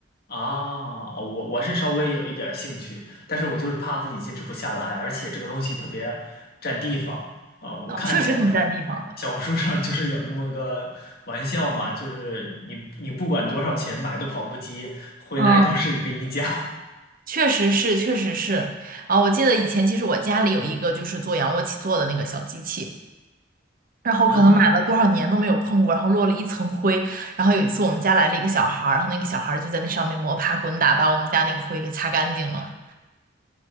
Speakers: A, on the left (about 50°); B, on the right (about 45°).
A: 啊，哦我我是稍微有一点兴趣，但是我就是怕自己坚持不下来，而且这个东西特别占地方啊。我看小红书
B: 啊，确实挺占地方的。
A: 小红书上就是有那么个玩笑嘛，就是你你不管多少钱买的跑步机，回来都是一个衣架。
B: 嗯，确实是，确实是。啊，我记得以前其实我家里有一个就是做仰卧起坐的那个小机器，然后可能买了多少年都没有碰过，
A: <laughs> 啊。
B: 然后落了一层灰。然后有一次我们家来了一个小孩儿，然后那个小孩儿就在那上面摸爬滚打，把我们家那个灰给擦干净了。